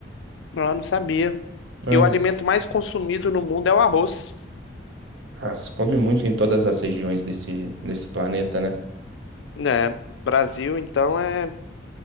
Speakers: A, on the left; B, on the right.
A: Eu não sabia.
B: Aham.
A: E o alimento mais consumido no mundo é o arroz.
B: Ah, se come muito em todas as regiões desse, desse planeta, né?
A: Né, Brasil, então, é,